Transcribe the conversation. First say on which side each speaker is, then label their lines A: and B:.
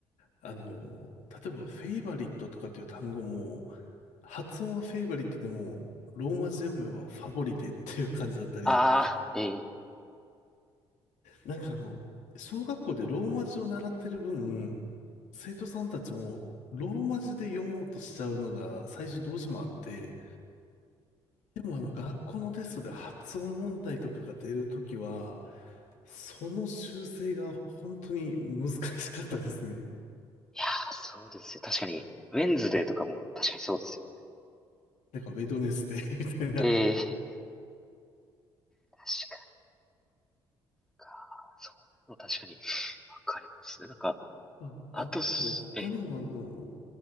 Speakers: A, on the left (about 60°); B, in the centre.
A: あの、例えばフェイバリットとかっていう単語も、発音はフェイバリットでも、ローマ字読めばファボリテっていう感じだったり、
B: ああー、ええ
A: なんかあの、小学校でローマ字を習ってる分、生徒さんたちも、ローマ字で読もうとしちゃうのが最初どうしてもあって、でもあの学校のテストで発音問題とかが出るときは、その修正が本当に難しかったですね。
B: あ、そうですよ。確かに、ウェンズデーとかも確かにそうですよね。
A: なんかウェドネスデー <laughs> みたいな。
B: ええ確かに。か、そういうの確かに、わかりますね。なんか、
A: まああと、
B: あとす、
A: 他にもあの、
B: ええ、